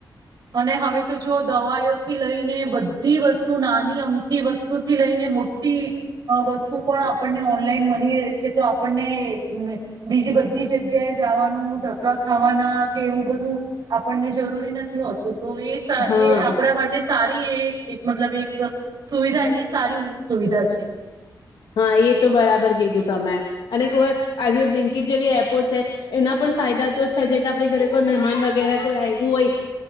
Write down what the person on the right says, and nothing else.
અને હવે તો જો દવાઓ થી લઈને બ. ી વસ્તુ નાની અમથી વસ્તુ થી લઈને મોટી વસ્તુ પણ આપણને ઓનલાઈન મળી રહે છે તો આપણને બીજી બધી જગ્યાએ. જવાનું ધક્કા ખાવાના કે એવું બધું આપણને જરૂરી નથી. હતું તો એ
એ આપણા માટે. સારી એ એક મતલબ એક સુવિધા એ સારી સુવિધા છે.